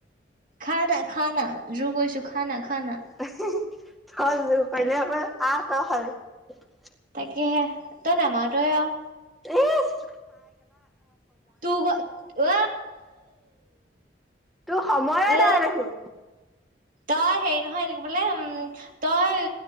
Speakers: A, on the right; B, in the centre.
A: খানা, খানা আৰু কৈছো খানা, খানা
B: <unintelligible>
A: তাক, তাকেহে তই নমাতয়ে আৰু।
B: ইছ
A: ত, ঐ
B: তোৰ সময়ে
A: ঐ
B: নাই দেখোন।
A: তই হেৰি নহয় বোলে উম, তই